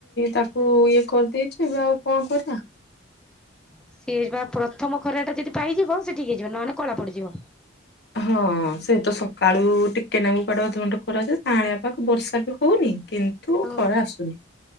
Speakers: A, on the left (about 55°); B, in the centre.
A: ତାକୁ ଇଏ କରିଦେଇଛି, ଏବେ ଆଉ କଣ କରିବା।
B: ସିଏ ବା ପ୍ରଥମ ଖରାଟା ଯଦି ପାଇଯିବ, ସେ ଠିକ୍ ହେଇଯିବ। ନହେଲେ କଳା ପଡିଯିବ।
A: ହଁ ସେ ତ ସକାଳୁ ଟିକେ ନାଙ୍କୁ କୁଆଡେ ଅଧଘଣ୍ଟେ ଖରା ଦିଏ, କାଅଁଳିଆ ପାଗ ବର୍ଷା ବି ହୋଉନି। କିନ୍ତୁ ତୁ
B: ହଁ
A: ଖରା ଆସୁନି।